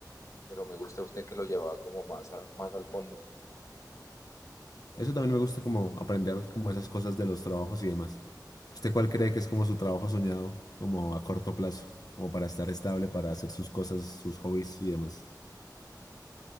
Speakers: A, on the left; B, on the left.
A: pero me gusta usted que lo llevaba como más al, más al fondo.
B: Eso también me gusta como aprender como esas cosas de los trabajos y demás. ¿Usted cuál cree que es como su trabajo soñado, como a corto plazo, como para estar estable, para hacer sus cosas, sus hobbies y demás?